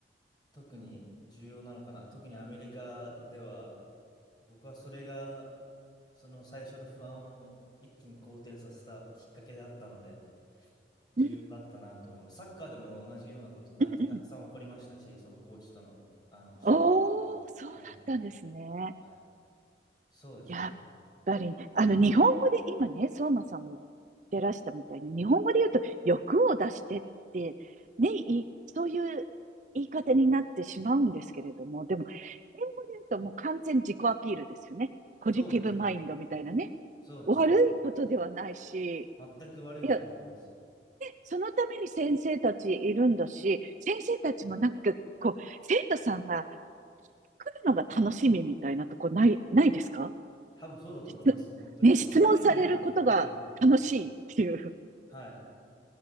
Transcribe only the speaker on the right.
うん
うんうん。
おー、そうだったんですね。
やっぱり、あの、日本語で、今ね、相馬さんが言ってらしたみたいに、日本語で言うと、欲を出してって、ね、いそういう言い方になってしまうんですけれども、でも、英語で言うともう完全自己アピールですよね。ポジティブマインドみたいなね。
悪いことではないし、
いや、ね、そのために先生たちいるんだし、先生たちもなんか、こう、生徒さんが来るのが楽しみみたいなとこない、ないですか
<laughs> つね、
質問されることが楽しいっていう。